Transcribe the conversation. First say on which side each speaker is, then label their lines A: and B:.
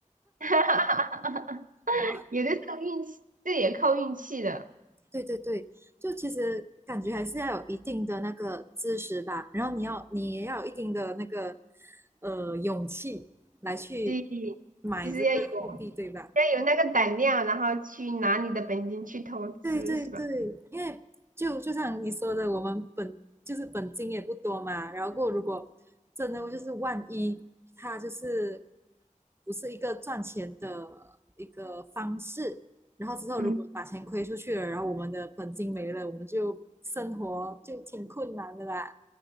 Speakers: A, on the right; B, on the right.
A: <laughs>
B: <laughs>
A: 有的时候运气，这也靠运气的，
B: 对对对，就其实感觉还是要有一定的那个知识吧，然后你要你也要有一定的那个呃勇气来去
A: 所以就是要有
B: 买这个货币，对吧？
A: 要有那个胆量，然后去拿你的本金去投资，
B: 对对对，
A: 是吧？
B: 因为就就像你说的，我们本就是本金也不多嘛，然后过后如果真的就是万一它就是不是一个赚钱的一个方式，然后之后如果把钱亏出去了，
A: 嗯。
B: 然后我们的本金没了，我们就生活就挺困难的啦。